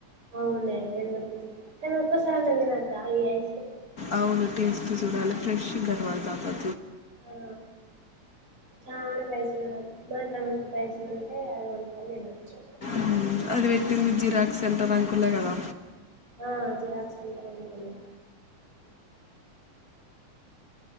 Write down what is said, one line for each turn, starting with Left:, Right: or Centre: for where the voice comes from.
Right: అవునే టెన్ కానీ ఒక్కసారి నవినాకా ఈ ఐస్ క్రీమ్
Left: అవును టేస్ట్ సుడాలే ఫ్రెష్ గర్వాల్ టాటా
Right: ఆ చాలా పైసలు ఉచ్చ మనక్కడ మంచి పైసలు ఉంటే అది కొనుకోని తిన్నోచు
Left: ఉమ్ అది పెట్టింది జిరాక్స్ సెంటర్ అంకుల్ల్లో కదా
Right: ఆ జిరాక్స్ సెంటర్ అంకుల్ల్లో